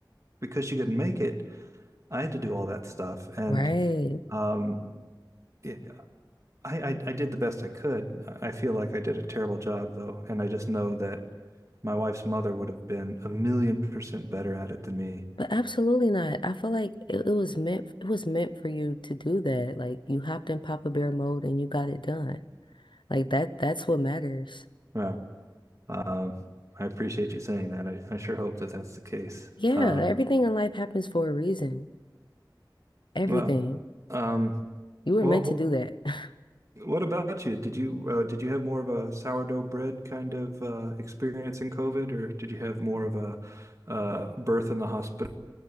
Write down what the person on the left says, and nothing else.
Right.
But absolutely not. I feel like it, it was meant it was meant for you to do that. Like you hopped in Papa Bear mode and you got it done. Like that that's what matters.
Yeah,
everything in life happens for a reason. Everything.
You were
meant to do that. <laughs>